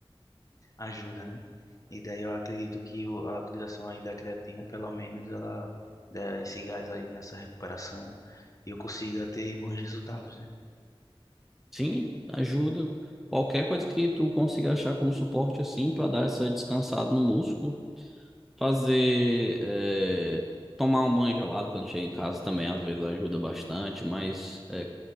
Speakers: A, on the left; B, in the centre.
A: ajuda, né? E daí eu acredito que o- a utilização aí da creatina, pelo menos, ela dá esse gás aí nessa recuperação e eu consiga ter bons resultados, né?
B: Sim, ajuda. Qualquer coisa que tu consiga achar como suporte assim para dar essa descansada no músculo. Fazer, é, tomar um banho gelado quando chega em casa também às vezes ajuda bastante, mas é,